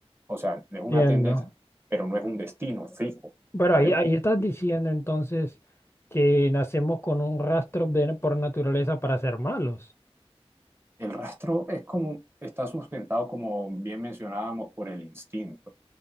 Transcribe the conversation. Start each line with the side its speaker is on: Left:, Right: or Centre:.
Right: o sea, es una
Left: entiendo.
Right: tendencia, pero no es un destino fijo.
Left: Bueno,
Right: Podemos
Left: ahí, ahí
Right: decir.
Left: estás diciendo entonces que nacemos con un rastro de- por naturaleza para ser malos.
Right: El rastro es como, está sustentado, como bien mencionábamos, por el instinto.